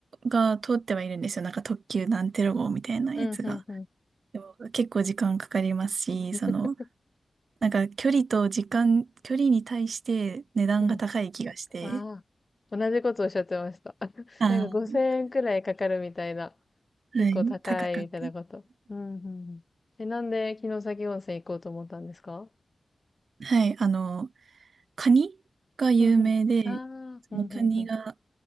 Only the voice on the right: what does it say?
が通ってはいるんですよ。なんか特急なんてろ号みたいなやつが。
でも結構時間かかりますし、
その、なんか距離と時間、距離に対して値段が高い気がして、
あ
ーはい、高かった。
はい、あの、カニが有名で、
そのカニが